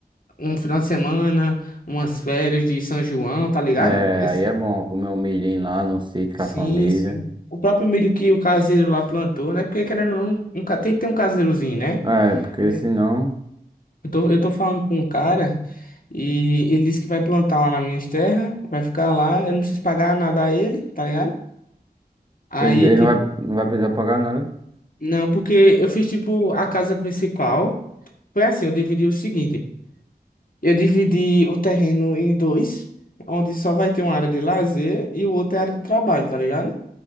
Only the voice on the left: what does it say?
Um final de semana, umas férias de São João, tá ligado?
É,
sim,
sim. O próprio milho que o caseiro lá plantou, né? Porque querendo ou não, um, ca- tem que ter um caseirozinho, né?
Eu
tô, eu tô falando com um cara e ele disse que vai plantar lá nas minhas terras, vai ficar lá, eu não preciso pagar nada a ele, tá ligado? Aí,
tipo,
não, porque eu fiz, tipo, a casa principal. Foi assim, eu dividi o seguinte: eu dividi o terreno em dois, onde só vai ter uma área de lazer e o outro é área de trabalho, tá ligado?